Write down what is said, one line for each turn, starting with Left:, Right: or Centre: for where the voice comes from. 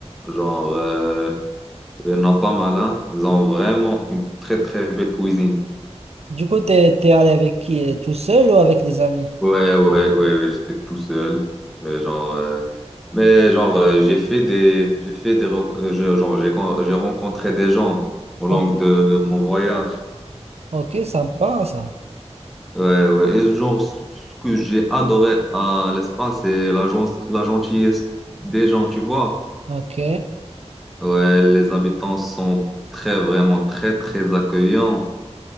Centre: genre, euh, il y en a pas mal, hein. Ils ont vraiment une très très belle cuisine.
Right: Du coup, t'es, t'es allé avec qui? euh, Tout seul ou avec des amis?
Centre: Ouais, ouais, ouais, ouais, j'étais tout seul. Euh, genre, euh, mais genre, euh, j'ai fait des, j'ai fait des, rec- euh, je- genre, j'ai, con- j'ai rencontré des gens au long
Right: O-
Centre: de mon voyage.
Right: Ok, sympa ça.
Centre: Ouais, ouais. Et genre, ce ce que j'ai adoré à l'Espagne, c'est la, gen- la gentillesse des gens, tu vois.
Right: Ok,
Centre: Ouais, les habitants sont très, vraiment très, très accueillants.